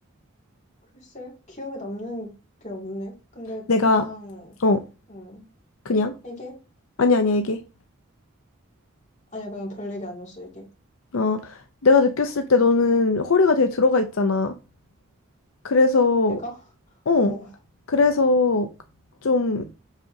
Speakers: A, on the left; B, on the left.
A: 글쎄, 기억에 남는 게 없네. 근데
B: 내가
A: 그냥,
B: 어
A: 음,
B: 그냥
A: 이게?
B: 아니 아니야 이게
A: 아니야, 그냥 별 얘기 아니었어, 이게.
B: 어 내가 느꼈을 때 너는 허리가 되게 들어가 있잖아. 그래서
A: 내가?
B: 어
A: 어,
B: 그래서 좀